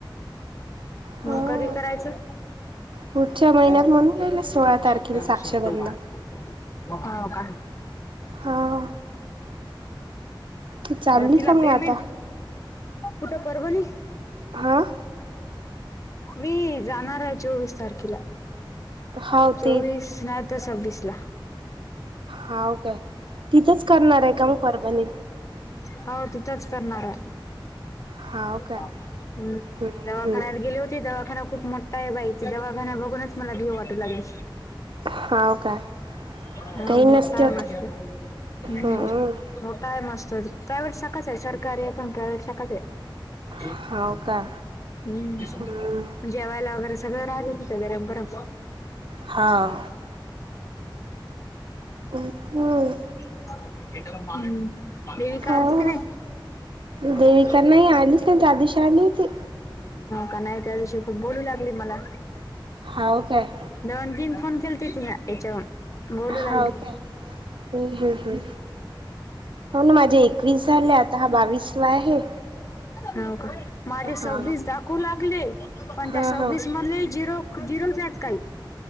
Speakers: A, on the right; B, on the left.
A: हा
B: मग कधी करायचं?
A: पुढच्या महिन्यात
B: काय आहे
A: म्हणून
B: जवळ
A: राहिले सोळा
B: केलं की
A: तारखेला
B: शब्दाला
A: साक्षगंध
B: शब्द वाढतो. हाव का.
A: हा तू चालली
B: म तिला
A: का मग
B: पेमेंट
A: आता
B: कुठं परभणी?
A: आ?
B: मी जाणार आहे चोवीस तारखेला.
A: हाव
B: चोवीस
A: ते
B: नाय तर सव्वीस ला.
A: हाऊ काय तिथंच करणार हाय का मग परभणीत?
B: हाव तिथच करणार हाय.
A: हाव
B: हम्म
A: काय हम्म
B: दवाखान्यात
A: हम्म
B: गेली होती दवाखाना खूप मो ठा हाय बाई दवाखाना बघूनच मला भीव वाटू लागली.
A: हाव काय
B: हा
A: काही
B: मग
A: नसते
B: काय
A: होत
B: वाजतंय?
A: हम्म
B: मोठा आहे मस्त प्रायव्हेट शाखच आहे सरकारी आहे पण प्रायव्हेट शाखच हाय.
A: हाव का
B: हम्म!
A: हम्म
B: जेवायला वगैरे सगळं राहत तिथ गरम गरम.
A: हाव हम्म
B: हम्म हम्म! देवीका
A: हाव
B: आलती का नाय? हाव
A: देविका नाही आलीच नाही त्या दिवशी आली होती
B: का नाही त्या दिवशी खूप बोलू लागली मला.
A: हाव काय
B: दोन तीन फोन केलती तीला याच्यावन. बोलू लागली.
A: हाव काय हम्म हम्म हम्म हो ना माझे एकवीस झाले आता हा बावीस वा आहे.
B: हो का माझे
A: हा
B: सव्वीस दाखवू लागले पण
A: हा
B: त्या सव्वीस
A: हा
B: मधले झिरो झिरोच आहेत काय.